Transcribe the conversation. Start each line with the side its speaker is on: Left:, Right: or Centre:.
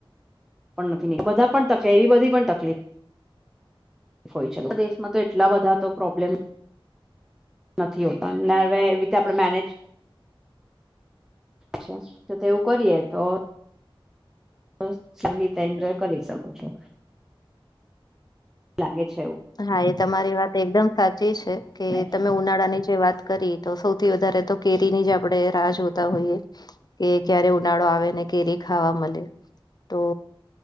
Centre: પણ નથી નીક બધા પણ તકે એવી બધી પણ તકલીફ હોય છે. આપણા દેશમાં તો એટલા બધા તો પ્રોબ્લેમ નથી હોતા ને હવે એવી રીતે આપણે મેનેજ છે તો તેવું કરીએ તો તો સારી રીતે એન્જોય કરી શકો છો. લાગે છે એવું.
Left: હા એ તમારી વાત એકદમ સાચી છે. કે
Centre: એટલે
Left: તમે ઉનાળાની જે વાત કરી તો સૌથી વધારે તો કેરીની જ આપણેે રાહ જોતા હોઈએ. કે ક્યારે ઉનાળો આવે ને કેરી ખાવા મલે. તો